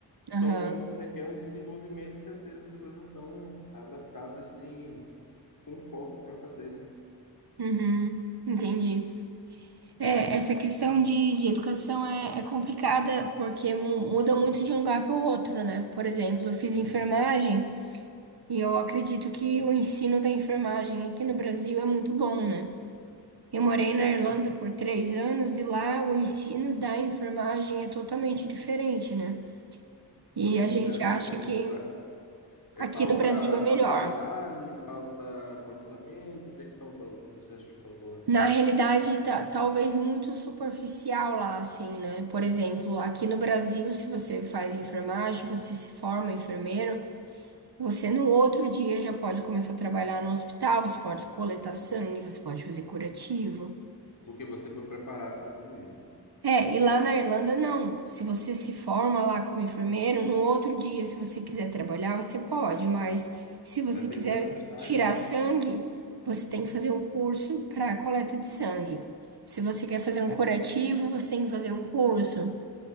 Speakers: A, on the left; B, on the right.
A: Só
B: Aham.
A: que isso requer um desenvolvimento que às vezes as pessoas não estão adaptadas nem com foco para fazer, né?
B: Uhum. Entendi. É, essa questão de, de educação é, é complicada porque mu- muda muito de um lugar para o outro, né? Por exemplo, eu fiz
A: Sim.
B: enfermagem e eu acredito que o ensino da enfermagem aqui no Brasil é muito bom, né? Eu morei na Irlanda por três anos e lá o ensino da enfermagem é totalmente diferente, né? E
A: Você
B: a
A: considera
B: gente
A: assim
B: acha
A: como
B: que
A: pra... é
B: aqui
A: falta
B: no Brasil é melhor.
A: falta detalhe, falta aprofundamento? O que é que falta? Você achou que faltou lá?
B: Na realidade, tá, talvez muito superficial lá, assim, né? Por exemplo, aqui no Brasil, se você faz enfermagem, você se forma enfermeiro, você no outro dia já pode começar a trabalhar no hospital, você pode coletar sangue, você pode fazer curativo.
A: Porque você foi preparado para tudo isso.
B: É, e lá na Irlanda não. Se você se forma lá como enfermeiro, no outro dia, se você quiser trabalhar, você pode, mas se você
A: Vai ter
B: quiser
A: que fazer um estágio.
B: tirar sangue, você tem que fazer um curso para coleta de sangue. Se você quer fazer um curativo, você tem que fazer um curso.